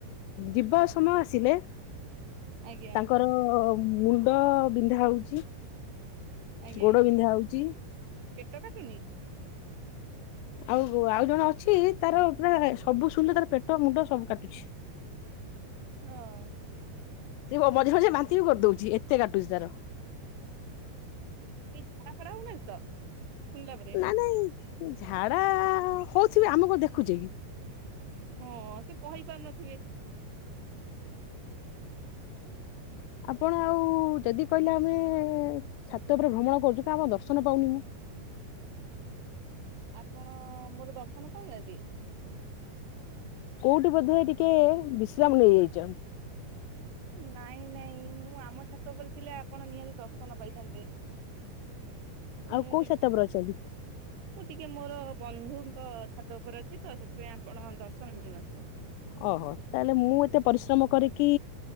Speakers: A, on the left (about 85°); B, on the right (about 70°).
A: ଯିବା ସମୟ ଆସିଲେ
B: ଆଜ୍ଞା
A: ତାଙ୍କ ମୁଣ୍ଡ ବିନ୍ଧା ହଉଚି।
B: ଆଜ୍ଞା
A: ଗୋଡ଼ ବିନ୍ଧା ହଉଚି।
B: ପେଟ କାଟୁନି
A: ଆଉ ଆଉ ଜଣେ ଅଛି, ତା'ର ସବୁ ଶୁଣ୍ଲେ ତା'ର ପେଟ ମୁଣ୍ଡ ସବୁ କାଟୁଛି।
B: <unintelligible>
A: ସେ ମଝିରେ ମଝିରେ ବାନ୍ତି ବି କର୍ ଦଉଚି, ଏତେ କାଟୁଚି ତା'ର।
B: <inaudible>
A: ନା ନାଇଁ ଝାଡ଼ା ହଉଥିବେ, ଆମେ ଦେଖୁଚେ କି।
B: ହଁ, ସେ କହି ପା ନଥିବେ।
A: ଆପଣ ଆଉ ଯଦି କହିଲେ, ଆମେ ଛାତ ଉପରେ ଭ୍ରମଣ କ---ଚୁ, ଆମ ଦର୍ଶନ ପାଉନି ମୁଁ।
B: ଆପଣ ମୋର ଦର୍ଶନ ପାଉ ନା---ନ୍ତି।
A: କଉଠି ବଧେ ଟିକେ ବିଶ୍ରାମ୍ ନେଇ ଯାଇଚ।
B: ନାଇଁ ନାଇଁ, ମୁଁ ଆମ ଛାତ ଉପରେ ଥିଲେ, ଆପଣ ନିହାତି ଦର୍ଶନ ପାଇଥାନ୍ତେ।
A: ଆଉ
B: <inaudible> ମୁଁ
A: କୋଉ ଛାତ ଉପରେ ଅଛନ୍ତି?
B: ଟିକେ ମୋର ବନ୍ଧୁଙ୍କ ଛାତ ଉପରେ ଅଛି ତ, ସେଥି ପାଇଁ ଆପଣ ଦର୍ଶନ ମିଳୁ ନଥିବ।
A: ଅହ, ତା'---ଲେ ମୁଁ ଏତେ ପରିଶ୍ରମ କରିକି